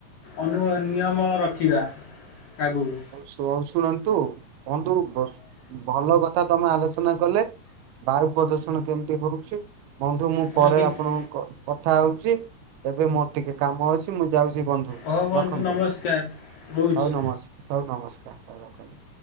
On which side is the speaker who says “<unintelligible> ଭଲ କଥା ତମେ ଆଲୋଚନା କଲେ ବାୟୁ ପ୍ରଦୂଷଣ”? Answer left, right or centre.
Right